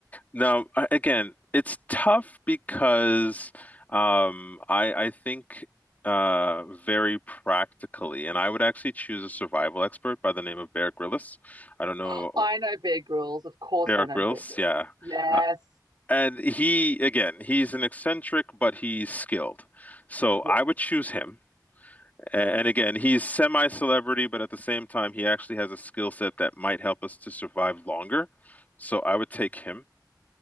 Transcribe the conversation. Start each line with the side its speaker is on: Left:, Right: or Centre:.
Left: Now, a- again, it's tough because um, I I think uh, very practically, and I would actually choose a survival expert by the name of Bear Grylls. I don't know
Right: <gasps> I know Bear Grylls. Of course,
Left: Bear
Right: I know
Left: Grylls,
Right: Bear Grylls.
Left: yeah.
Right: Yes.
Left: Uh, and he, again, he's an eccentric, but he's skilled. So
Right: Yeah.
Left: I would choose him. A- And again, he's semi-celebrity, but at the same time, he actually has a skill set that might help us to survive longer. So I would take him.